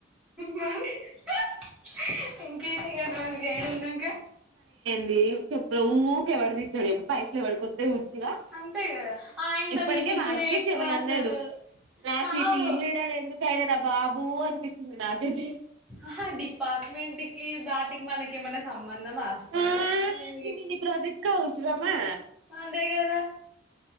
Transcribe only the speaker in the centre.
మరి <unintelligible> ఇంకేమి ఇక రోజు గైడు ఉన్నాంక
అంతే కదా ఆయనతో
తీపిచ్చుడే
ఎక్కువ
అసలు
కాదు
అహ డిపార్ట్మెంట్కి దాటికి మనక మ సంబంధ మా అసలు
అ
అంతే కదా